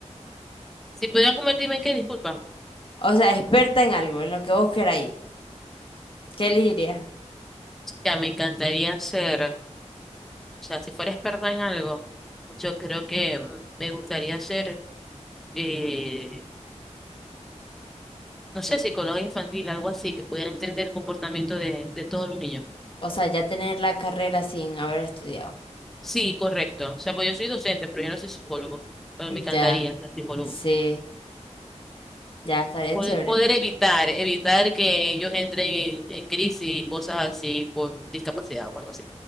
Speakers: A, in the centre; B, on the left.
A: Si pudiera convertirme en qué, disculpa.
B: O sea, experta en algo, en lo que vos queráis. ¿Qué elegirías?
A: Ya me encantaría ser, o sea, si fuera experta en algo, yo creo que mm, me gustaría ser, eh, no sé, psicóloga infantil, algo así, que pudiera entender el comportamiento de, de todos los niños.
B: O sea, ya tener la carrera sin haber estudiado.
A: Sí, correcto. O sea, pues yo soy docente, pero yo no soy psicólogo, pero me encantaría
B: Ya,
A: ser psicólogo.
B: sí, ya estaría
A: Poder,
B: chévere.
A: poder evitar, evitar que ellos entren en, en crisis y cosas así por discapacidad o algo así.